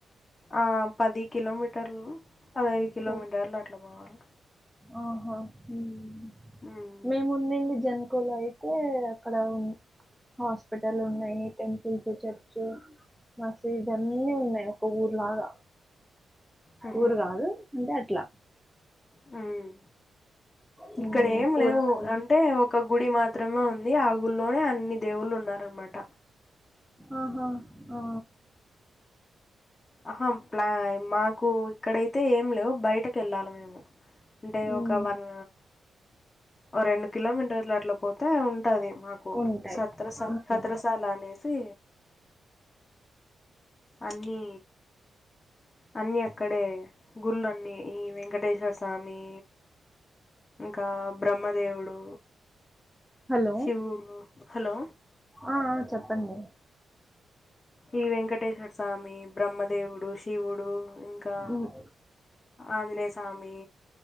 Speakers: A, on the left; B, in the centre.
A: ఆ పది కిలోమీటర్లు పదా అయిదు కిలోమీటర్లు
B: ఓహ్!
A: అట్లా పోవాలి
B: ఆహా హ్మ్
A: <inaudible>
B: మేము ఉంది జన్కుల అయితే అక్కడ ఉ హాస్పిటల్స్ ఉన్నయి టెంపుల్స్ చర్చు మసీదు అన్ని ఉన్నయ్ ఒక ఊర్లాగా
A: మ్హూ.
B: ఊరు గాదు అంటే అట్లా
A: హ్మ్
B: హ్మ్.
A: ఇక్కడెం
B: కూరగాయలు
A: లేవు అంటే ఒక్ ఒక గుడి మాత్రమే ఉంది ఆ గుడిలోనే అన్ని దేవుళ్ళు ఉన్నారు అన్మాట్
B: ఆహా ఆ
A: అహా ప్లా మాకు ఇక్కడైతే ఏం లేవు బయటకెల్లాల డే
B: హ్మ్.
A: ఒక వన్ ఓ రెండు కిలోమీటర్లు అట్ల పోతే ఉంటాది మాకు
B: ఉంటాయి.
A: సత్రస
B: హ్మ్.
A: సత్రసాల అనేసి అన్ని అన్ని అక్కడే గుళ్ళన్నీ ఈ వెంకటేశ్వర స్వామి ఇంకా బ్రహ్మదేవుడు
B: హలో!
A: శివుడు హలో
B: ఆ ఆ చెప్పండి
A: ఈ వెంకటేశ్వర్స్ స్వామి బ్రహ్మదేవుడు శివుడు ఇంకా
B: హ్మ్.
A: ఆంజనేయ స్వామి